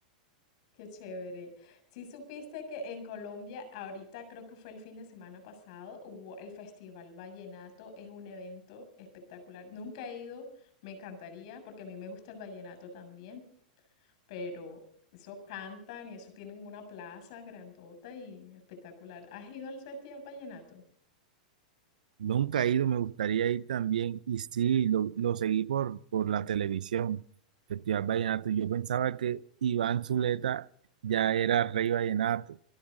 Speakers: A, on the left; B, on the right.
A: Qué chévere. Si supiste que en Colombia, ahorita creo que fue el fin de semana pasado, hubo el Festival Vallenato, es un evento espectacular. Nunca he ido, me encantaría, porque a mí me gusta el vallenato también, pero eso cantan y eso tienen una plaza grandota y espectacular. ¿Has ido al Festival Vallenato?
B: Nunca he ido, me gustaría ir también. Y sí, lo, lo seguí por, por la televisión, Festival Vallenato. Yo pensaba que Iván Zuleta ya era rey vallenato.